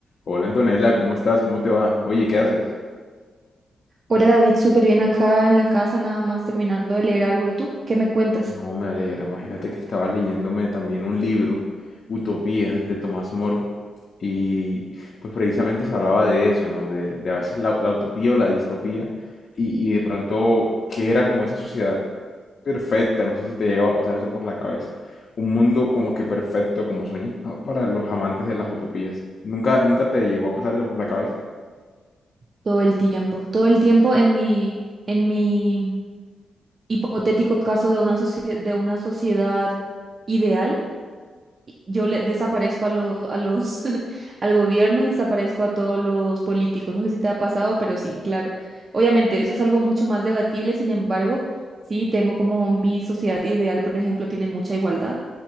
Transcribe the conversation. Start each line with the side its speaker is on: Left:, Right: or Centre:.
Left: Hola Antonella, ¿cómo estás? ¿Cómo te va? Oye, ¿qué haces?
Right: Hola David, súper bien acá en la casa, nada más terminando de leer algo. ¿Y tú qué me cuentas?
Left: No, me alegra. Imagínate que estaba leyéndome también un libro, Utopía, de Tomás Moro, y pues precisamente se hablaba de eso, ¿no? De, de a veces la, la utopía o la distopía, y, y de pronto, ¿qué era como esa sociedad perfecta? No sé si te llegaba a pasar eso por la cabeza. Un mundo como que perfecto, como soñado para los amantes de las utopías. ¿Nunca, nunca te llegó a pasar eso por la cabeza?
Right: Todo el tiempo, todo el tiempo en mi, en mi hipotético caso de una socie- de una sociedad ideal, yo le desaparezco a lo, a los, <laughs> al gobierno y desaparezco a todos los políticos. No sé si te ha pasado, pero sí, claro. Obviamente, eso es algo mucho más debatible. Sin embargo, sí tengo como mi sociedad ideal, por ejemplo, tiene mucha igualdad.